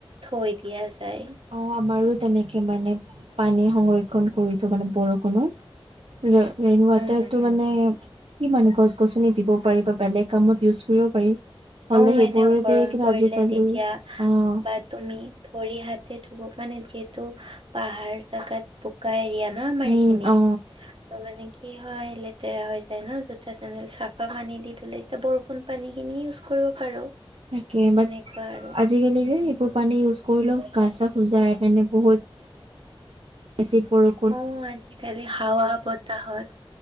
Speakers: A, on the right; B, on the right.
A: থৈ দিয়া যায়',
B: অহ', আমাৰো তেনেকে মানে পানী সংৰক্ষণ কৰি থওঁ মানে বৰষুণৰ', ৰেন', -ৰেনৱাটাৰ
A: উম, হুম,
B: তো
A: হুম।
B: মানে', কি মানে গছ গছনি দিব পাৰি বা বেলেগ কামত ইউজ কৰিব পাৰি', হ'লে,
A: অ',
B: সেইবোৰত
A: এনেও গৰম
B: দে কিবা
A: পৰিলে
B: আজিকালি,
A: তেতিয়া
B: অ',
A: বা তুমি ভৰি হাতে ধুব মানে যিহেতু পাহাৰ জাগাত', বোকা এৰিয়া ন আমাৰ
B: উম
A: এইখিনি',
B: অ
A: ত', মানে কি হয় লেতেৰা হৈ যায় ন জুতা চেন্দেল চাফা পানী দি ধুলে, এতিয়া বৰষুণ পানী খিনি ইউজ', কৰিব পাৰোঁ',
B: তাকেই,
A: সেনেকুৱা
B: বাট
A: আৰু।
B: আজিকালি যে এইবোৰ পানী ইউজ কৰিলেও গা চা খুজাই মানে বহুত', এচিড পৰো',
A: অ', আজিকালি হাৱা বতাহত